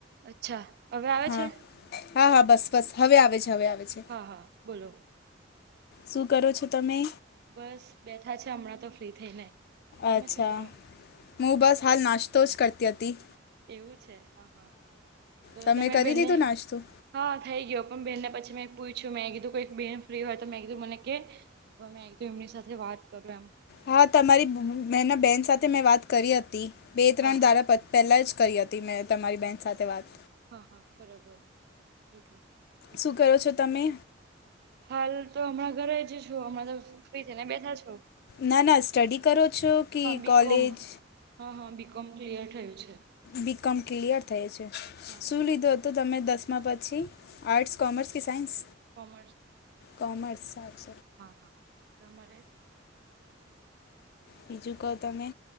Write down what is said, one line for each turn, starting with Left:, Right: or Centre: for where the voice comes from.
Right: અચ્છા હવે આવે
Left: હા
Right: છે!
Left: હા હા બસ બસ હવે આવે છે હવે આવે છે.
Right: હા હા બોલો.
Left: શું કરો છો તમે?
Right: બસ બેઠા છે હમણાં તો ફ્રી થઈને. તમે
Left: અચ્છા
Right: શું કરો
Left: હું બસ હાલ નાસ્તો જ કરતી હતી.
Right: એવું છે હા હા તો
Left: તમે
Right: એટલે મેં
Left: કરી
Right: બને
Left: લીધું નાસ્તો
Right: હા થઈ ગયો પણ બ બેહેનને પછી મેં પૂછું મેકીધું કોઈક બેન ફ્રી હોય તો મેકીધું મને કે તોમે એમની સાથે વાત કરું એમ.
Left: હા તમારી બહેન બેહેન સાથે મેં વાત કરી હતી બે ત્રણ
Right: હા હા
Left: દારા પ પહેલાં જ કરી હતી મેં તમારી બહેન સાથે વાત.
Right: હા હા બરોબર એટલે બરોબર.
Left: શું કરો છો તમે?
Right: હાલ તો હમણાં ઘરે જ છું હમણાં તો ફ્રી છે ને બેઠા છું.
Left: ના ના સ્ટડી કરો છો કે
Right: બીકોમ
Left: કોલેજ!
Right: હા હા બીકોમ ક્લિયર થયું છે.
Left: બીકોમ ક્લિયર થય છે
Right: હા.
Left: શું લીધું હતું તમે દસમા પછી? આર્ટ્સ કોમર્સ કે સાઇન્સ
Right: કોમર્સ
Left: કોમર્સ આસ
Right: હા હા તમારે
Left: બીજું કહો તમે!